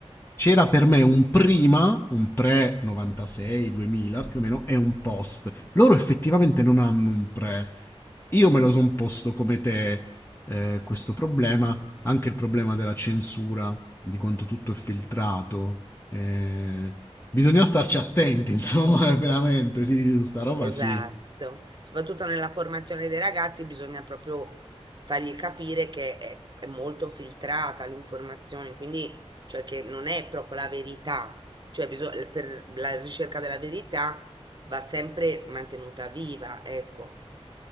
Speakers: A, on the left; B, on the right.
A: c'era per me un prima, un pre 96, 2000 più o meno, e un post. Loro effettivamente non hanno un pre. Io me lo sono posto come te eh, questo problema, anche il problema della censura, di quanto tutto è filtrato. Eh, bisogna starci attenti, <laughs> insomma, veramente, sì, sì, su sta roba
B: Esatto,
A: sì.
B: soprattutto nella formazione dei ragazzi bisogna proprio fargli capire che è, è molto filtrata l'informazione, quindi cioè che non è proprio la verità, cioè biso- per la ricerca della verità va sempre mantenuta viva, ecco,